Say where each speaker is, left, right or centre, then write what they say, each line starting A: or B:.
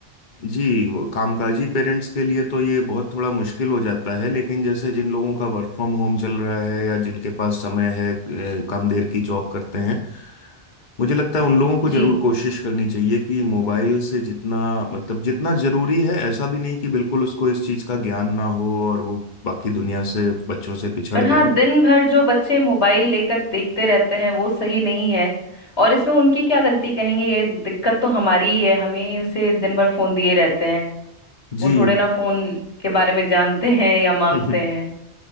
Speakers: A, on the left; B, on the left.
A: जी वो कामकाजी पेरेंट्स के लिए तो ये बहुत थोड़ा मुश्किल हो जाता है लेकिन जैसे जिन लोगों का वर्क फ्रॉम होम चल रहा है या जिनके पास समय है अ, कम देर की जॉब करते हैं मुझे लगता है उन लोगों को जरूर
B: जी
A: कोशिश करनी चाहिए कि मोबाइल से जितना मतलब जितना जरूरी है ऐसा भी नहीं कि बिल्कुल उसको इस चीज का ज्ञान ना हो और वो बाकी दुनिया से बच्चों से पिछड़
B: पर
A: जाए
B: हाँ दिन भर जो बच्चे मोबाइल लेकर देखते रहते हैं वो सही नहीं है और इसमें उनकी क्या गलती कहेंगे ये दिक्कत तो हमारी ही है हमें ही उसे दिन भर फोन दिए रहते हैं
A: जी
B: वो थोड़े ना फोन के बारे में जानते हैं या मांगते
A: <laughs>
B: हैं